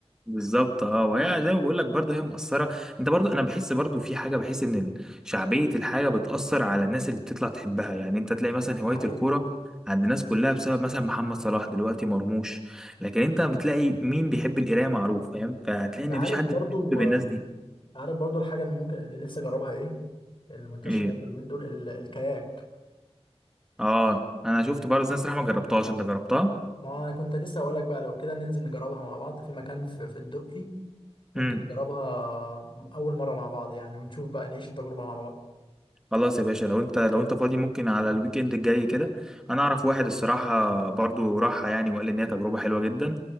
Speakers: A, in the centre; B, on the left.
A: بالظبط اه وهي زي ما بقول لك برضه هي مؤثره انت برضه انا بحس برضه في حاجه بحس ان ال- شعبيه الحاجه بتاثر على الناس اللي بتطلع تحبها يعني انت تلاقي مثلا هوايه
B: <laughs> حقيقة
A: الكوره عند الناس كلها بسبب مثلا محمد صلاح دلوقتي مرموش لكن انت بتلاقي مين بيحب القرايه معروف فاهم فهتلاقي
B: انت
A: ان
B: عارف
A: مفيش حد
B: برضو
A: بيحب الناس
B: آه،
A: دي
B: عارف برضو الحاجة اللي ممكن اللي نفسي أجربها إيه؟ المنتشرة
A: ايه
B: برضو اليومين دول ال- الكاياك
A: اه انا شفت برضه ناس صراحه ما جربتهاش انت جربتها
B: ما أنا كنت لسه هقول لك بقى لو كده ننزل نجربها مع بعض في مكان في, في الدقي ممكن
A: إمم.
B: نجربها أول مرة مع بعض يعني ونشوف بقى نعيش التجربة مع بعض
A: خلاص يا باشا لو انت لو انت فاضي ممكن على الويك اند الجاي كده انا اعرف واحد الصراحه برضو راحها يعني وقال لي ان هي تجربه حلوه جدا